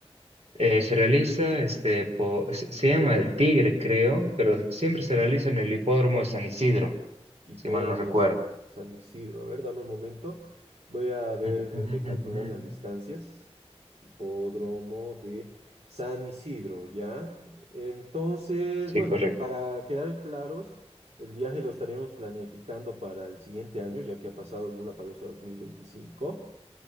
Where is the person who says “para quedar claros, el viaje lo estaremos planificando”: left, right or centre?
Right